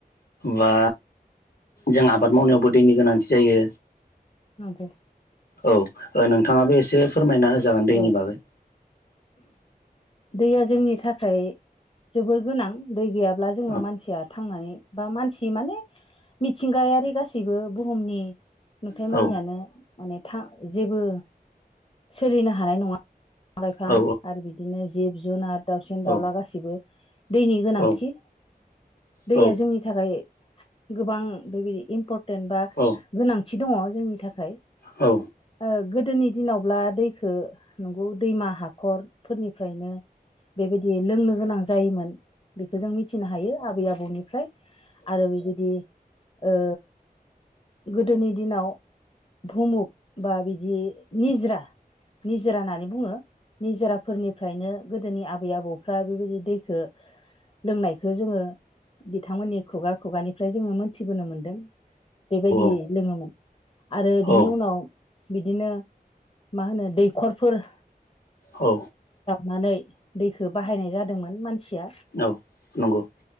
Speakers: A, on the left (about 70°); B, on the left (about 35°).
A: बा जों आबाद मावनायावबो दैनि गोनांथि जायो
B: नंगौ
A: औ नोंथाङाबो एसे फोरमायना होजागोन दैनि
B: ओ
A: बागै
B: दैया जोंनि थाखाय जोबोर गोनां दै गैयाब्ला जोङो
A: औ
B: मानसिया थांनानै बा मानसि माने मिथिंगायारि गासैबो बुहुमनि नुथाय
A: औ
B: मानियानो माने था जेबो सोलिनो हानाय नङा फां लाइफां
A: औ
B: आरो बिदिनो जिब जुनार दाउसिन
A: औ
B: दावउला गाससिबो दैनि गोनांथि
A: औ औ
B: दैया जोंनि थाखाय गोबां बेबायदि इम्परटेन्ट बा
A: औ
B: गोनांथि दङ जोंनि थाखाय
A: औ
B: अ गोदोनि दिनावब्ला दै खौ नंगौ दैमा हाखरफोरनिफ्रायनो बेबाय- दि लोंनो गोनां जायोमोन बेखौ जों मिथिनो हायो आबै आबौनिफ्राय आरो बिबायदि ओ गोदोनि दिनाव भुमुक बा बिदि निजरा निजोरा होननानै बुङो निजोराफोरनिफ्रायनो गोदोनि आ- बै आबौफ्रा बेबायदि दैखौ लोंनायखौ जोङो बिथांमोननि खुगा-खुगानिफ्राय जोङो मोनथिबोनो मोनदों बेबायदि
A: औ
B: लोङोमोन आरो
A: औ
B: बिनि उनाव बिदिनो मा होनो दैखरफोर
A: औ
B: नानै दैखौ बाहायनाय जादोंमोन मान- सिया
A: नंगौ औ नंगौ